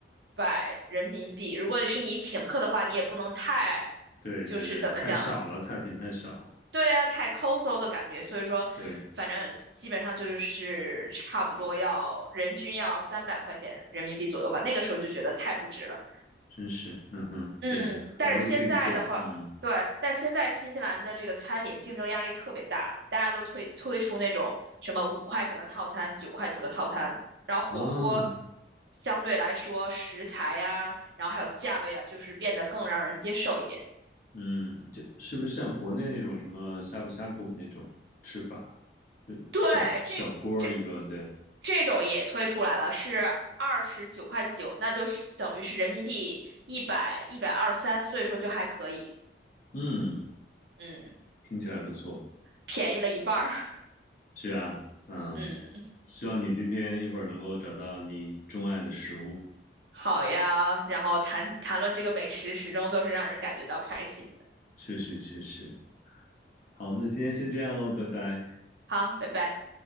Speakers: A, on the right; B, on the left.
A: 百人民币。如果是你请客的话，你也不能太，
B: 对对对，
A: 就是怎么讲，
B: 太少了，菜品太少，
A: 对啊，太抠搜的感觉。所以说，
B: 对。
A: 反正基本上就是是差不多要人均要三百块钱人民币左右吧。那个时候就觉得太不值了。
B: 真是，嗯哼，
A: 嗯，
B: 对，
A: 但是现在的话，
B: 还不如自己做，嗯
A: 对，但是现在新西兰的这个餐饮竞争压力特别大，大家都推推出那种什么五块钱的套餐、九块九的套餐，然后火锅
B: 啊，
A: 相对来说食材呀、然后还有价位啊，就是变得更让人接受一点。
B: 嗯，就是不是像国内那种什么呷哺呷哺那种吃法，就小小锅儿一个，
A: 对，这这
B: 对，
A: 这种也推出来了，是二十九块九，那就是等于是人民币一百一百二三，一百二十三所以说就还可以，
B: 嗯，
A: 嗯，
B: 听起来不错，
A: 便宜了一半儿，
B: 是啊，嗯，
A: <laughs> 嗯。
B: 希望你今天一会儿能够找到你钟爱的食物，
A: 好呀，然后谈谈论这个美食，始终都是让人感觉到开心的。
B: 确实确实，好，那今天先这样喽，拜拜。
A: 好，拜拜。